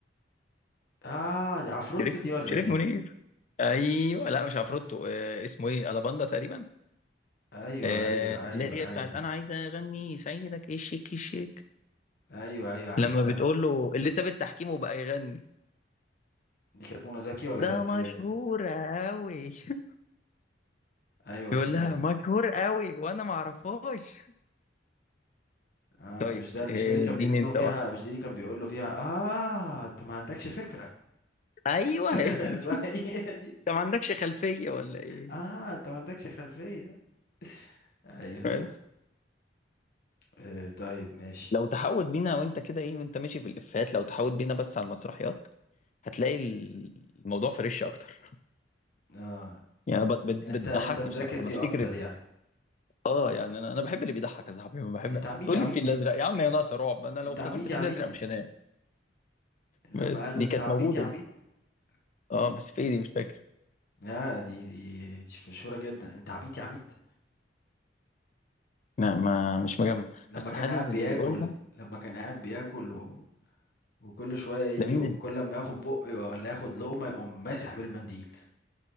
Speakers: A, on the left; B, on the left.
A: اه دي عفروتو
B: شريف
A: دي ولا
B: شريف
A: ايه
B: منير ايوه لا مش عفروتو
A: آه
B: آه اسمه ايه الاباندا تقريبا
A: ايوه
B: آه
A: ايوه
B: اللي
A: ايوه
B: هي بتاعت
A: ايوه
B: انا عايزه اغني سيدك ايه الشيك الشيك
A: ايوه ايوه عرفتها
B: لما بتقول له اللي ساب التحكيم وبقى يغني
A: دي كانت منى زكي ولا
B: ده
A: كانت
B: مشهور
A: دي
B: قوي <laughs>
A: ايوه افتكرت
B: يقول لها مشهور قوي وانا ما اعرفهاش
A: اه
B: طيب
A: مش ده مش
B: آه،
A: ده اللي كان
B: اديني
A: بيقول له
B: انت
A: فيها
B: واحده
A: مش ده اللي كان بيقول له فيها اه انت ما عندكش فكرة
B: ايوه
A: <laughs>
B: هي دي
A: صحيح دي
B: انت ما عندكش خلفيه ولا ايه
A: اه انت ما عندكش خلفية ايوه صح
B: بس
A: آه طيب ماشي
B: لو تحاول بينا وانت كده ايه وانت ماشي في الافيهات لو تحاول بينا بس على المسرحيات هتلاقي الموضوع فريش اكتر
A: اه
B: يعني ب- بت- بتضحكني
A: انت انت مذاكر
B: بصراحه
A: دي
B: بفتكر
A: اكتر يعني
B: اه يعني انا انا بحب اللي بيضحك يا صاحبي ما بحب
A: انت عميد
B: تقول
A: يا عميد
B: لي الفيل الازرق يا عم يا ناقصه رعب انا لو
A: انت
B: افتكرت
A: عميد
B: الفيل
A: يا عميد
B: الازرق مش هنام بس
A: لما قال له
B: دي
A: انت
B: كانت
A: عبيط
B: موجوده
A: يا عبيط
B: دي اه
A: مم.
B: بس في ايه دي مش فاكر
A: لا دي دي دي مشهورة جدا انت عبيط يا عبيط
B: لا ما مش مجمع
A: لما
B: بس
A: كان
B: حاسس
A: قاعد
B: ان
A: بياكل
B: اللي يقولها
A: لما كان قاعد بياكل و... وكل شوية يجي
B: لمين
A: يقوم كل ما ياخد بق ولا ياخد لقمة يقوم ماسح بالمنديل